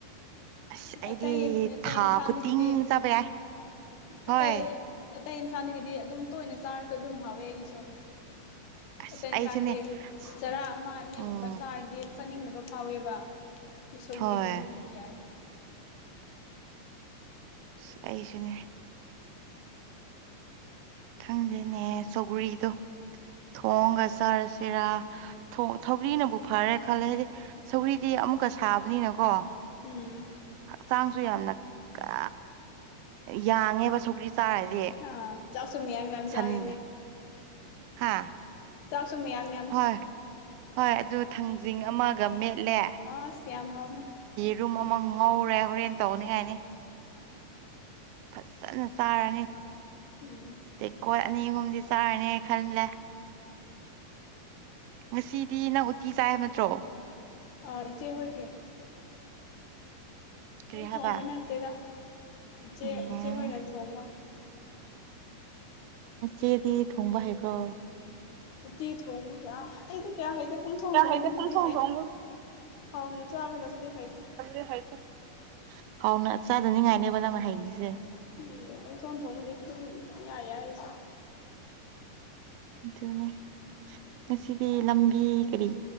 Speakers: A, on the right; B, on the left.
A: ꯑꯁ ꯑꯩꯗꯤ
B: ꯑꯇꯩ ꯑꯇꯩ
A: ꯊꯥ
B: ꯏꯟꯁꯥꯡꯗꯒꯤꯗꯤ
A: ꯈꯨꯗꯤꯡ ꯆꯥꯕ ꯌꯥꯏ ꯍꯣꯏ
B: ꯑꯇꯩ ꯑꯇꯩ ꯏꯟꯁꯥꯡꯗꯒꯤꯗꯤ ꯑꯗꯨꯝ ꯇꯣꯏꯅ ꯆꯥꯔꯁꯨ ꯑꯗꯨꯝ ꯍꯥꯎꯋꯦ ꯑꯩꯒꯤꯁꯨ
A: ꯑꯁ
B: ꯑꯇꯩ ꯏꯟꯁꯥꯡꯗꯤ
A: ꯑꯩꯁꯨꯅꯦ ꯑꯁ
B: ꯆꯔꯥ ꯑꯃ ꯑꯅꯤꯒꯨꯝꯕ
A: ꯎꯝ
B: ꯆꯥꯔꯗꯤ꯫ ꯆꯥꯅꯤꯡꯗꯕ ꯐꯥꯎꯋꯦꯕ ꯑꯗꯨ ꯁꯧꯒ꯭ꯔꯤꯗꯤ
A: ꯍꯣꯏ
B: ꯑꯗꯨꯝ ꯌꯥꯏ꯫
A: ꯑꯁ ꯑꯩꯁꯨꯅꯦ꯫ ꯈꯪꯗꯦꯅꯦ ꯁꯧꯒ‍꯭ꯔꯤꯗꯣ ꯊꯣꯡꯒ ꯆꯥꯔꯁꯤꯔ ꯊꫭꯡ ꯁꯧꯒ꯭ꯔꯤꯅꯕꯨ ꯐꯔꯦ ꯈꯜꯂꯦ ꯍꯥꯏꯗꯤ ꯁꯧꯒ꯭ꯔꯤꯗꯤ ꯑꯃꯨꯛꯀ ꯁꯥꯕꯅꯤꯅꯀꯣ꯫
B: ꯎꯝ꯫
A: ꯍꯛꯆꯥꯡꯁꯨ ꯌꯥꯝꯅ ꯀ ꯌꯥꯡꯉꯦꯕ ꯁꯧꯒ꯭ꯔꯤ ꯆꯥꯔꯗꯤ꯫
B: ꯑ ꯆꯥꯛꯁꯨ ꯃꯌꯥꯝ ꯌꯥꯝ
A: ꯁꯟ
B: ꯆꯥꯏꯅꯦ
A: ꯍꯥꯥ
B: ꯆꯥꯛꯁꯨꯨ ꯃꯌꯥꯝꯅꯤ
A: ꯍꯣꯏ ꯍꯣꯏ ꯑꯗꯨ ꯊꯥꯡꯖꯤꯡ ꯑꯃꯒꯥ ꯃꯦꯠꯂꯦ
B: ꯑꯁ ꯌꯥꯝ ꯍꯥꯎꯔꯝꯅꯤ
A: ꯔꯨꯝ ꯑꯃ ꯉꯧꯔꯦ ꯍꯣꯔꯦꯟ ꯇꯧꯅꯤꯡꯉꯥꯏꯅꯤ꯫ ꯐꯖꯅꯥ ꯆꯥꯔꯅꯤ
B: ꯎꯝ
A: ꯇꯦꯡꯀꯣꯠ ꯑꯅꯤ ꯑꯍꯨꯝꯗꯤ ꯆꯥꯔꯅꯤ ꯈꯜꯂꯦ꯫ ꯉꯁꯤꯗꯤ ꯅꯪ ꯎꯇꯤ ꯆꯥꯏ ꯍꯥꯏꯕ ꯅꯠꯇ꯭ꯔꯣ
B: ꯑꯥ ꯏꯆꯦ ꯍꯣꯏꯒꯤ
A: ꯀꯔꯤ
B: ꯑꯩ
A: ꯍꯥꯏꯕ
B: ꯊꯣꯡꯕ ꯅꯠꯇꯦꯗ ꯏꯆꯦ
A: ꯎꯝ
B: ꯏꯆꯦ ꯍꫭꯏꯅ ꯊꯣꯡꯕ
A: ꯅꯆꯦꯗꯤ ꯊꯣꯡꯕ ꯍꯩꯕ꯭ꯔꯣ꯫
B: ꯎꯇꯤ ꯊꫭꯡꯕ ꯀꯌꯥ ꯑꯩꯗꯤ ꯀꯌꯥ ꯍꯩꯇꯦ ꯫ ꯄꯪꯊꯣꯡ
A: ꯀꯌꯥ
B: ꯊꫭꯡꯕꯕꯨꯗꯤ
A: ꯍꯩꯇꯦ ꯄꯨꯡꯊꯣꯡ
B: ꯍꯩꯌꯦ
A: ꯊꯣꯡꯕ
B: ꯍꯥꯎꯅ ꯆꯥꯒꯗꯕꯗꯤ ꯍꯩꯇꯦ꯫
A: ꯑꯗꯨꯗꯤ ꯍꯩꯇꯦ ꯍꯥꯎꯅ ꯆꯥꯗꯅꯤꯡꯉꯥꯏꯅꯦꯕ ꯅꯪꯅ ꯍꯩꯔꯤꯁꯦ꯫
B: ꯎꯝ ꯄꯪꯊꯣꯡ ꯊꯣꯡꯃꯗꯤ ꯑꯩ ꯑꯗꯨꯝ ꯄꯪꯌꯥ ꯌꯥꯏ ꯑꯩ ꯆꯥꯕ
A: ꯑꯗꯨꯅꯦ ꯉꯁꯤꯗꯤ ꯂꯝꯕꯤ ꯀꯔꯤ